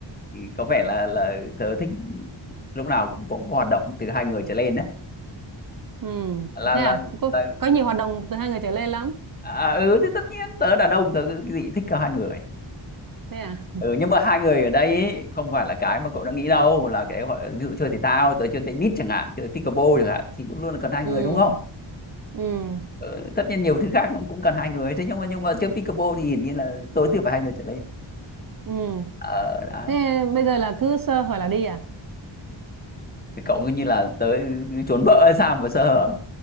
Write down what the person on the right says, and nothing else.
Ừ,
thế
à? Có,
có có nhiều hoạt động từ hai người trở lên lắm.
Thế à?
Ừ,
ừ,
ừ.
Thế bây giờ là cứ sơ hở là đi à?